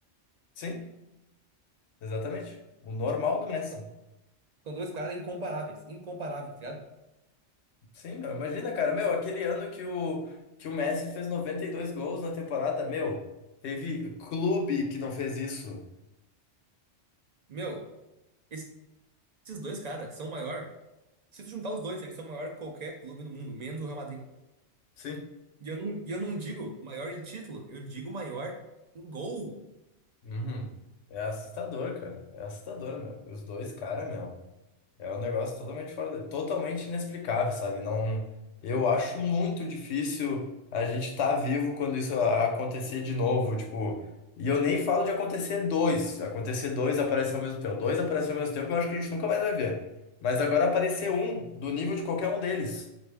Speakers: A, on the left (about 70°); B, on the right (about 50°).
A: Sim, exatamente. O normal do Messi.
B: São, são dois caras incomparáveis, incomparáveis, tá ligado?
A: Sim, meu, imagina, cara, meu, aquele ano que o, que o Messi fez 92 gols na temporada, meu, teve clube que não fez isso.
B: Meu, esses esses dois caras são maior. Se tu juntar os dois, eles são maior que qualquer clube no mundo, menos o Real Madrid.
A: Sim.
B: E eu não, e eu não digo maior em título, eu digo maior em gol.
A: Uhum. É assustador, cara. É assustador, meu. Os dois, cara, meu. É um negócio totalmente fora da... totalmente inexplicável, sabe? Não, eu acho muito difícil a gente estar vivo quando isso acontecer de novo, tipo, e eu nem falo de acontecer dois, acontecer dois aparecer ao mesmo tempo, dois aparecer ao mesmo tempo, eu acho que a gente nunca mais vai ver. Mas agora aparecer
B: É,
A: um do nível de qualquer um deles,